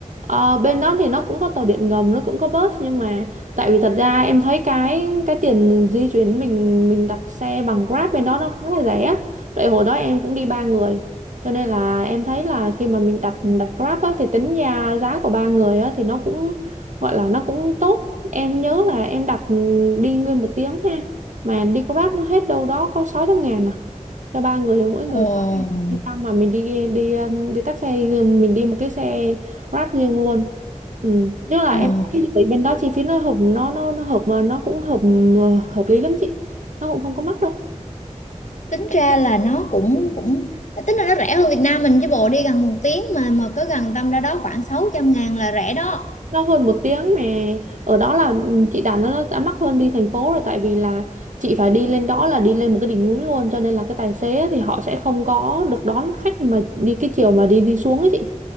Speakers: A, on the right; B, on the left.
A: Ờ, bên đó thì nó cũng có tàu điện ngầm nó cũng có bus nhưng mà tại vì thật ra em thấy cái cái tiền di chuyển mình mình đặt xe bằng Grab bên đó nó khá là rẻ á. Tại hồi đó em cũng đi ba người cho nên là em thấy là khi mà mình đặt đặt Grab á, thì tính ra giá của ba người á, thì nó cũng gọi là nó cũng tốt em nhớ là em đặt đi nguyên một tiếng ha mà đi Grab nó hết đâu đó có 600 ngàn à cho ba người thì mỗi
B: Ồ.
A: người có hai trăm mà mình đi đi ờ, đi taxi mình đi một cái xe Grab riêng luôn ừ. chứ là
B: Ồ,
A: em thấy thì bên đó chi phí nó hợp nó nó nó hợp mà nó cũng hợp ờ, hợp lý lắm chị nó cũng không có mắc đâu
B: tính ra là nó cũng cũng tính là nó rẻ hơn Việt Nam mình chứ bộ đi gần một tiếng mà mà có gần tâm ra đó khoảng 600 ngàn là rẻ đó.
A: nó hơn một tiếng mà ở đó là ừ, chị đặt nó đã mắc hơn đi thành phố rồi tại vì là chị phải đi lên đó là đi lên một cái đỉnh núi luôn cho nên là cái tài xế ấy thì họ sẽ không có được đón khách mà đi cái chiều mà đi đi xuống ấy chị